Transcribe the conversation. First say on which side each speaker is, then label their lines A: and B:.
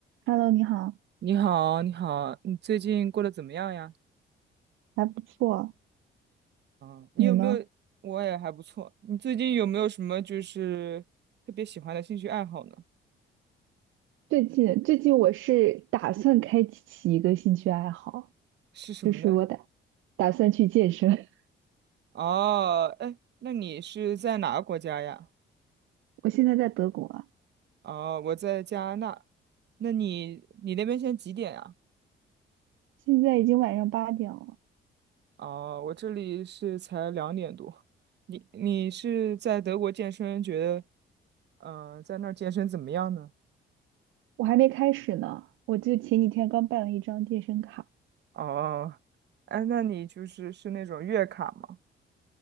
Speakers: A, on the right; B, on the right.
A: Hello，你好，
B: 你好，你好，你最近过得怎么样呀？
A: 还不错，
B: 啊，你有没有？
A: 你呢？
B: 我也还不错。你最近有没有什么就是特别喜欢的兴趣爱好呢？
A: 最近最近我是打算开启一个兴趣爱好，
B: 是什么呢？
A: 就是我打打算去健身，
B: 哦，哎，那你是在哪个国家呀？
A: <laughs> 我现在在德国啊，
B: 哦，我在加拿大。那你你那边现在几点呀？
A: 现在已经晚上八点了，
B: 哦，我这里是才两点多。你你是在德国健身，觉得嗯、呃在那儿健身怎么样呢？
A: 我还没开始呢。我就前几天刚办了一张健身卡，
B: 哦，哎，那你就是是那种月卡吗？